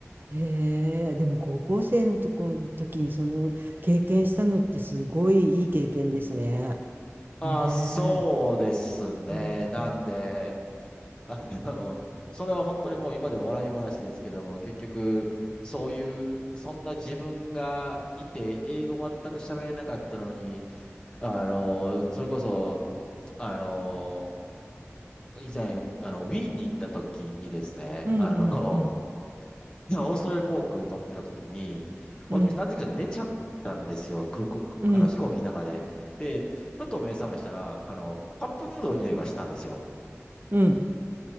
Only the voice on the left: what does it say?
あ、
そうですね。
なんで、<laughs> あの、それは本当にもう今で笑い話ですけども、結局、そういう、そんな自分がいて、英語全く喋れなかったのに、あの、それこそ、あの、以前、あの、ウィーンに行った時にですね、
あの、いやオーストラリア航空に乗ってた時に、私なぜか寝ちゃったんですよ、
空港、
あの、飛行機の中で。で、ふと目覚めしたら、あの、カップヌードルの匂いがしたんですよ。